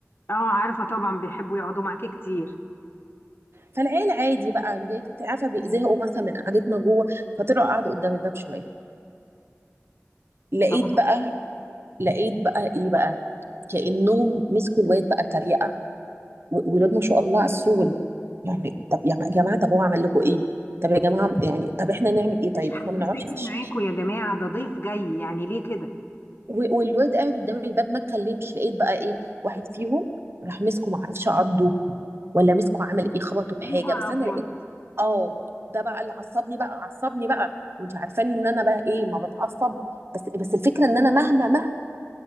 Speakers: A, on the left; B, on the right.
A: اه عارفه طبعا بيحبوا يقعدوا معاكي كتير
B: فالعيال عادي بقى لقيت- انت عارفه بيزهقوا مثلا من قعدتنا جوه فطلعوا قعدوا قدام الباب شويه لقيت
A: طب
B: بقى لقيت بقى ايه بقى كانهم مسكوا الواد بقى تريقه و- ولاد ما شاء الله عسول يعني طب يا م- جماعه طب هو عمل لكم ايه طب يا جماعه يعني طب احنا نعمل ايه طيب
A: مفيش حد
B: احنا ما نقعدش
A: ساكن
B: في الشكل
A: معاكوا يا جماعه ده ضيف جاي يعني ليه كده
B: و- والواد قاعد قدام الباب ما اتكلمش لقيت بقى ايه واحد فيهم راح مسكه ما اعرفش عضه ولا مسكه عمل ايه خبطه بحاجه
A: يا نهار
B: بس
A: ابيض
B: انا لقيت اه ده بقى اللي عصبني بقى عصبني بقى وانت عارفاني ان انا بقى ايه ما بتعصب بس بس الفكره ان انا مهما مهما